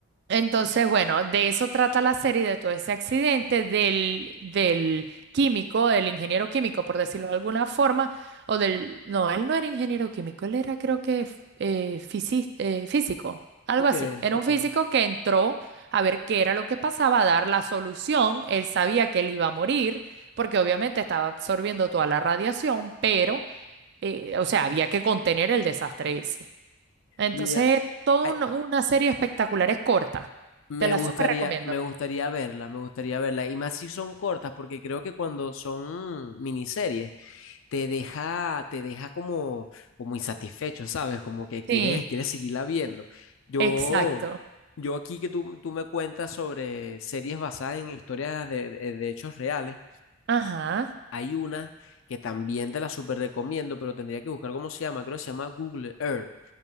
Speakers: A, on the right (about 50°); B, on the left (about 65°).
A: Entonces, bueno, de eso trata la serie, de todo ese accidente del, del químico, del ingeniero químico, por decirlo de alguna forma, o del... No, él no era ingeniero químico, él era creo que f- eh, fisi- eh, físico, algo
B: Ok,
A: así. Era
B: ok.
A: un físico que entró a ver qué era lo que pasaba, a dar la solución. Él sabía que él iba a morir, porque obviamente estaba absorbiendo toda la radiación, pero, eh, o sea, había que contener el desastre ese. Entonces,
B: Mira,
A: toda
B: ay,
A: un- una serie espectacular, es corta.
B: me
A: Te la
B: gustaría,
A: súper recomiendo.
B: me gustaría verla, me gustaría verla. Y más si son cortas, porque creo que cuando son miniseries, te deja, te deja como, como insatisfecho, ¿sabes? Como que
A: Sí,
B: quieres, quieres seguirla viendo. Yo,
A: exacto.
B: yo aquí que tú, tú me cuentas sobre series basadas en historias de de- de hechos reales.
A: Ajá.
B: Hay una que también te la súper recomiendo, pero tendría que buscar cómo se llama. Creo que se llama Google Earth.